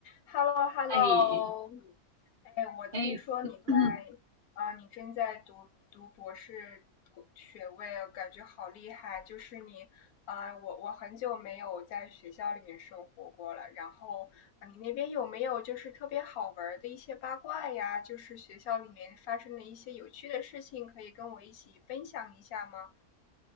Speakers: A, on the left; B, on the right.
A: Hello，Hello，
B: 哎
A: 我听说你在
B: 哎，<clears throat>
A: 啊、你正在读读博士学位，感觉好厉害。就是你啊、我我很久没有在学校里面生活过了。然后、啊你那边有没有就是特别好玩的一些八卦呀？就是学校里面发生的一些有趣的事情，可以跟我一起分享一下吗？